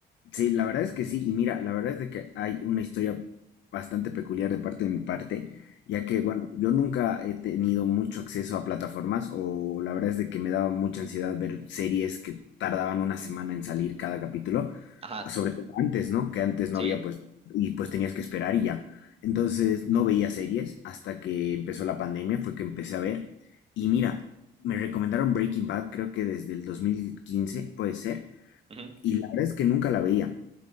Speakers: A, on the left; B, on the right.
A: Sí, la verdad es que sí, y mira, la verdad es de que hay una historia bastante peculiar de parte de mi parte, ya que, bueno, yo nunca he tenido mucho acceso a plataformas, o la verdad es de que me daba mucha ansiedad ver series que tardaban una semana en salir cada capítulo,
B: Ajá,
A: sobre todo antes, ¿no? Que antes
B: sí.
A: no había, pues, y pues tenías que esperar y ya. Entonces no veía series hasta que empezó la pandemia, fue que empecé a ver, y mira, me recomendaron Breaking Bad, creo que desde el 2015, puede ser,
B: ujú,
A: y la verdad es que nunca la veía.